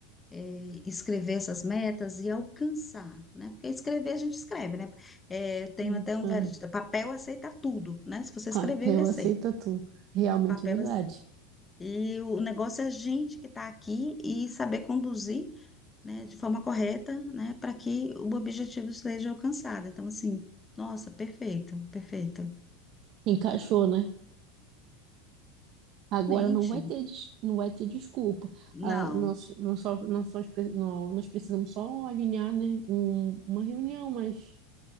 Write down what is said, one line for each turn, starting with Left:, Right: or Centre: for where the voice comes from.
Left: eh, escrever essas metas e alcançar, né? Porque escrever a gente escreve, né? Eh, eu tenho
Right: Então,
Left: até um velho ditado, papel aceita tudo, né? Se você
Right: papel
Left: escrever, ele aceita.
Right: aceita tudo. Realmente
Left: Papel
Right: é verdade.
Left: E o negócio é a gente que está aqui e saber conduzir, né, de forma correta, né, para que o objetivo seja alcançado. Então, assim, nossa, perfeito, perfeito.
Right: Encaixou, né? Agora
Left: Realmente,
Right: não vai ter, des- não vai ter desculpa.
Left: não,
Right: Ah, nós, nós, só, nós, só, pre- nó- nós precisamos só alinhar, né, um- uma reunião, mas